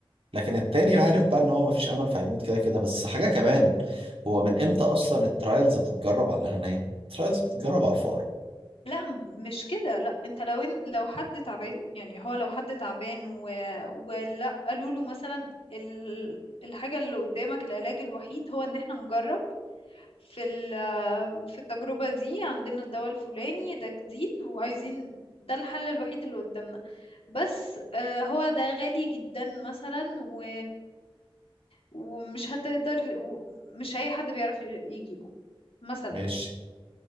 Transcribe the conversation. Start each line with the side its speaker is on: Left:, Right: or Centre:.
Right: لكن التاني عارف بقى إن هو مفيش أمل فهيموت كده كده بس حاجة كمان هو من امتى اصلا الترايلز بتتجرب على الاغنياء الترايلز بتتجرب على الفقراء
Left: لا م- مش كده لا انت لو إن لو حد تعبان يعني هو لو حد تعبان و... ولا قالوا له مثلا ال... الحاجة اللي قدامك العلاج الوحيد هو ان احنا نجرب في ال... في التجربة دي عندنا الدواء الفلاني ده جديد وعايزين ده الحل الوحيد اللي قدامنا بس آه، هو ده غالي جدا مثلا و... ومش هتقدر و- مش اي حد بيعرف ي- يجيبه مثلا
Right: ماشي